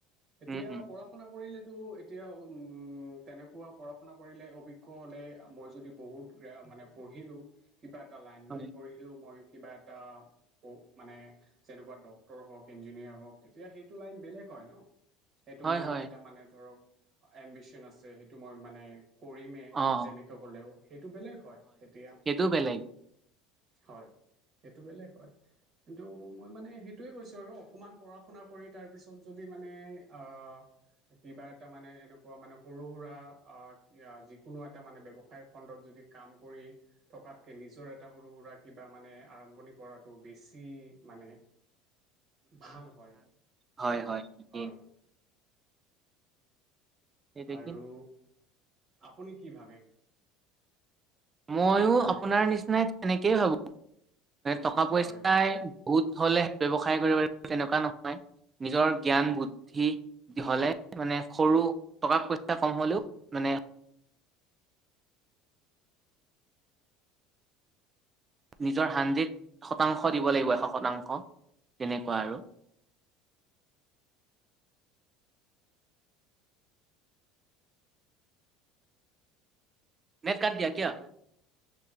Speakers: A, on the right (about 45°); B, on the right (about 25°).
A: তেতিয়া
B: উম,
A: পঢ়া
B: উম,
A: পঢ়া-শুনা কৰিলেতো, এতিয়া তেনেকুৱা পঢ়া-শুনা কৰিলে, অভিজ্ঞ হ'লে, মই যদি বহুত <unintelligible> মানে পঢ়িলোঁ। কিবা এটা লাইন
B: হয়,
A: লৈ পঢ়িলোঁ। মই কিবা এটা, মানে, যেনেকুৱা ডক্টৰ হওঁক, ইঞ্জিনিয়াৰ হওঁক। তেতিয়া সেইটো লাইন বেলেগ হয় ন'? সেইটো
B: হয়,
A: মোৰ
B: হয়,
A: এটা মানে ধৰক, এম্বিশন আছে। সেইটো মই মানে, কৰিমেই।
B: অ',
A: যেনে <unintelligible> হ'লেও, সেইটো বেলেগ হয়, তেতিয়া।
B: সেইটো বেলেগ,
A: হয়! সেইটো বেলেগ হয়। কিন্তু, মই মানে, সেইটোৱে কৈছোঁ আৰু। অকমান পঢ়া- শুনা কৰি, তাৰপিছত যদি মানে, আঁ কিবা এটা মানে, এনেকুৱা মানে, সৰু-সুৰা আঁ যিকোনো এটা মানে, ব্যৱসায় খণ্ডত যদি কাম কৰি থকাতকে, নিজৰ এটা সৰু-সুৰা কিবা মানে, আৰম্ভণি কৰাটো বেছি মানে, ভাল হয়।
B: হয়, ঠিকেই,
A: হয়!
B: সেইটোৱে
A: আৰু
B: কি
A: আপুনি কি ভাবে?
B: ময়ো আপোনাৰ নিচিনাই তেনেকেই ভাবো, টকা, পইচাই।
A: হয় হয়
B: বহুত হলে ব্যৱসায় কৰিব লাগিব তেনেকুৱা নহয়, নিজৰ জ্ঞান বুদ্ধি। হলে মানে, সৰু টকা পইচা কম হ'লেও মানে। নিজৰ হাণ্ড্ৰেড শতাংশ দিব লাগিব এশ শতাংশ, তেনেকুৱা আৰু। নেট কাত দিয়া কিয়া,